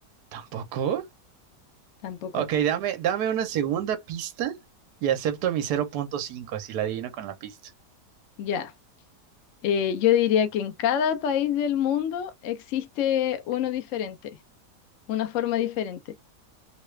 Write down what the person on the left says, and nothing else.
tampoco.
Ya. Eh, yo diría que en cada país del mundo existe uno diferente, una forma diferente.